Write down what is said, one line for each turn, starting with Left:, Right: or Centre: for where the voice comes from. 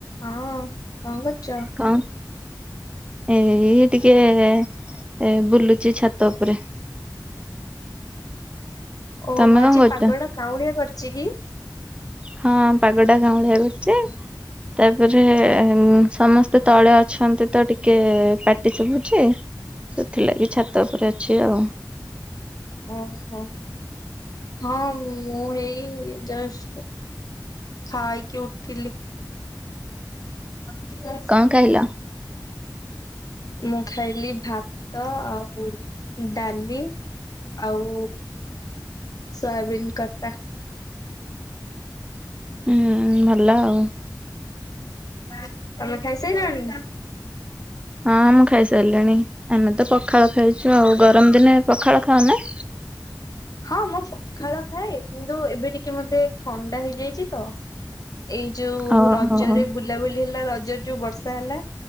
Left: ହଁ କଣ କରୁଚ?
Right: କଣ ଏଇ ଟିକେ ଏ ବୁଲୁଚି ଛାତ ଉପରେ।
Left: ଓ
Right: ତମେ
Left: ଆଜି
Right: କଣ କରୁଛ?
Left: ପାଗ ଟା କାଉଁଳିଆ କରିଚି କି?
Right: ହଁ ପାଗଟା କାଉଁଳିଆ କରିଚି। ତାପରେ ଉଁ ସମସ୍ତେ ତଳେ ଅଛନ୍ତି ତ ଟିକେ ପାଟି ଶୁଭୁଚି। ସେଥିଲାଗି ଛାତ ଉପରେ ଅଛି ଆଉ।
Left: ଓହୋ ହଁ ମୁଁ ମୁଁ ଏଇ ଜଷ୍ଟ। ଖାଇକି ଉଠିଲି। <unintelligible>
Right: କଣ ଖାଇଲ?
Left: ମୁଁ ଖାଇଲି ଭାତ ଆଉ ଉ ଡାଲି। ଆଉ ସୋୟାବିନ କତା।
Right: ହୁଁ ଭଲ ଆଉ।
Left: ଅଁ ତମେ ଖାଇସାଇଲଣି ନା?
Right: ହଁ ମୁଁ ଖାଇସାରିଲିଣି ଆମେ ତ ପଖାଳ ଖାଇଛୁ ଆଉ ଗରମ ଦିନେ ପଖାଳ ଖାଅନା।
Left: ହଁ ମୁଁ ପଖାଳ ଖାଏ କିନ୍ତୁ ଏବେ ଟିକେ ମତେ ଥଣ୍ଡା ହେଇଯାଇଛି ତ। ଏଇ ଯୋଉ
Right: ଓହୋ
Left: ରଜରେ
Right: ହଁ
Left: ବୁଲାବୁଲି ହେଲା ରଜରେ ଯୋଉ ବର୍ଷା ହେଲା।